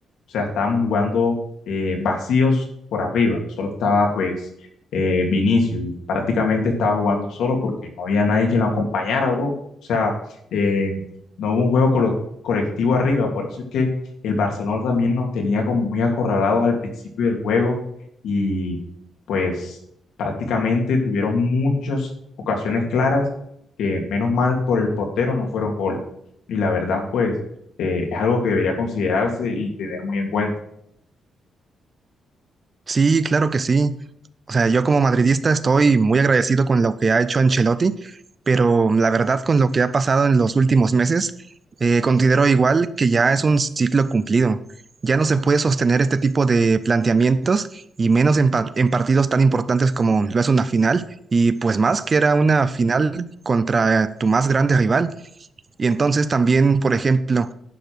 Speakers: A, on the left (about 80°); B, on the right (about 25°).
A: O sea, estábamos jugando eh, vacíos por arriba, solo estaba pues eh, Vinicius y prácticamente estaba jugando solo porque no había nadie quien lo acompañara, bro. O sea, eh, no hubo un juego colo- colectivo arriba, por eso es que el Barcelona también nos tenía como muy acorralados al principio del juego y pues prácticamente tuvieron muchas ocasiones claras que menos mal por el portero no fueron gol. Y la verdad, pues, eh, es algo que debería considerarse y tener muy en cuenta.
B: Sí, claro que sí. O sea, yo como madridista estoy muy agradecido con lo que ha hecho Ancelotti, pero la verdad con lo que ha pasado en los últimos meses, eh, considero igual que ya es un ciclo cumplido. Ya no se puede sostener este tipo de planteamientos y menos en, par- en partidos tan importantes como lo es una final y pues más que era una final contra tu más grande rival. Y entonces también, por ejemplo,